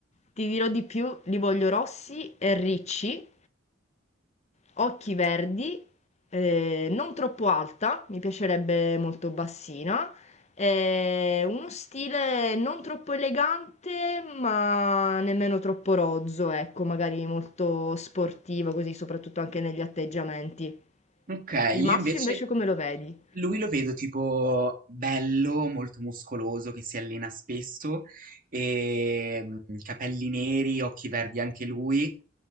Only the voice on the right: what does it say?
Ok,
io
invece...
Lui lo vedo tipo bello, molto muscoloso, che si allena spesso, e mm, capelli neri, occhi verdi anche lui,